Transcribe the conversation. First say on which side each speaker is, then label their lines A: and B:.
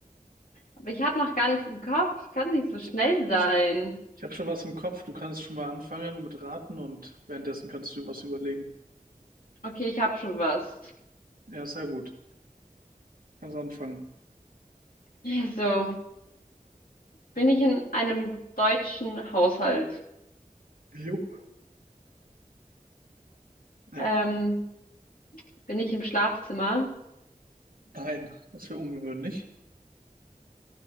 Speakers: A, on the left; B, on the right.
A: aber ich habe noch gar nichts im Kopf, kann nicht so
B: Ich,
A: schnell
B: ich,
A: sein.
B: ich habe schon was im Kopf. Du kannst schon mal anfangen und mit raten und währenddessen kannst du was überlegen.
A: Okay, ich habe schon was.
B: Ja, sehr gut. Kannst anfangen.
A: Also, bin ich in einem deutschen Haushalt?
B: Jupp. Ja,
A: Ähm, bin ich im Schlafzimmer?
B: nein, das wäre ungewöhnlich.